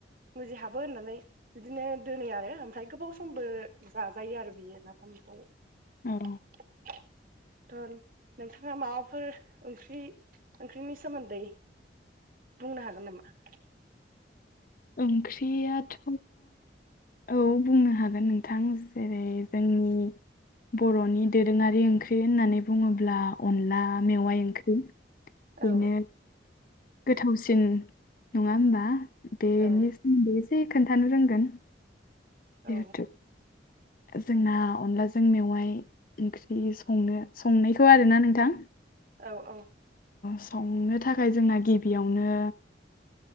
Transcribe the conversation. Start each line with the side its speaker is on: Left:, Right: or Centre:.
Right: मुजिहाबो होननानै बिदिनो दोनोयो आरो ओमफ्राय गोबाव समबो जाजायो आरो बियो नाफामखौ
Left: औ
Right: <unintelligible> थ' नोंथाङा माबाफोर ओंख्रि ओंख्रिनि सोमोन्दै बुंनो हागोन नामा?
Left: ओंख्रियाथ' औ बुंनो हागोन नोंथां जेरै
Right: <inaudible>
Left: जोंनि बर'नि दोरोङारि ओंख्रि होननानै बुङोब्ला अनला मेवाइ ओंख्रि
Right: औ
Left: बिनो गोथावसिन नङा होमबा बेनि
Right: औ
Left: सोमोन्दै एसे खोन्थानो रोंगोन जिहेथु
Right: औ
Left: जोंना अनलाजों मेवाइ ओंख्रि संनो संनायखौ आरोना नोंथां
Right: औ औ
Left: संनो थाखाय जोंना गिबियावनो